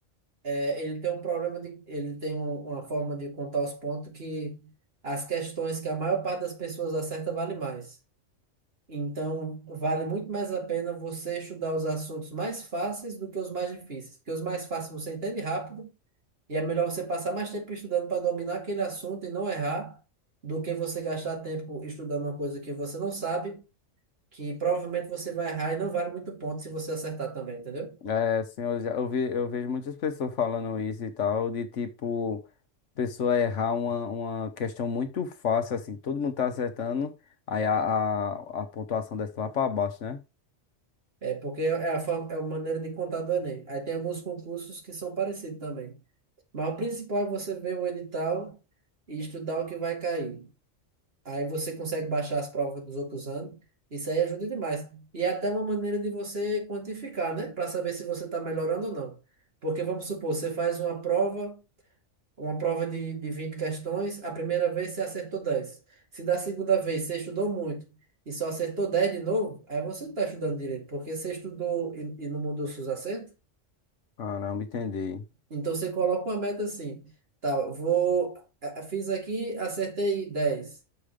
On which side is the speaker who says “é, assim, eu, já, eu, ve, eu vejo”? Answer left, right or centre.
Left